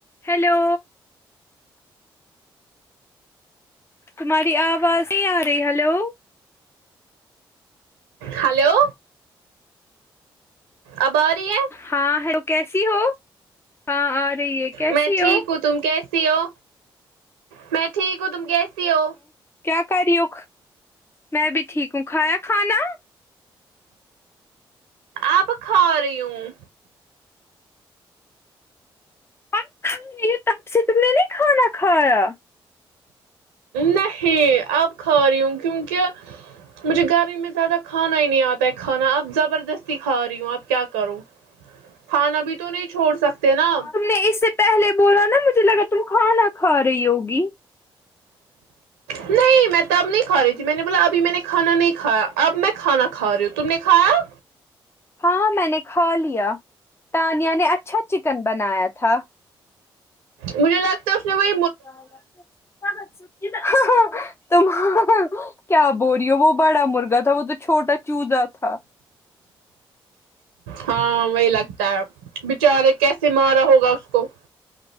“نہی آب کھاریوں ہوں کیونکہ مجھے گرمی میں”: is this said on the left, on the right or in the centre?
Right